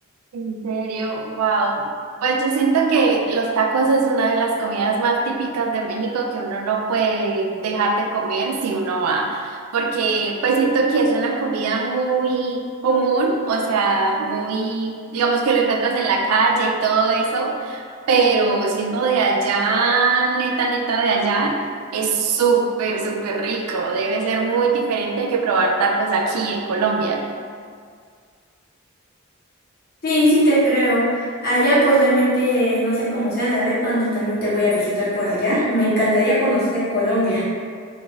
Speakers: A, on the right; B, on the left.
A: En serio, wow. Pues yo siento que los tacos es una de las comidas más típicas de México que uno no puede dejar de comer si uno va, porque pues siento que es una comida muy común, o sea, muy, digamos que lo encuentras en la calle y todo eso, pero siendo de allá, neta, neta de allá, es súper, súper rico. Debe ser muy diferente que probar tacos aquí en Colombia.
B: Sí, sí te creo. Allá pues realmente no sé cómo sean, a ver cuándo también te voy a visitar por allá. Me encantaría conocer Colombia.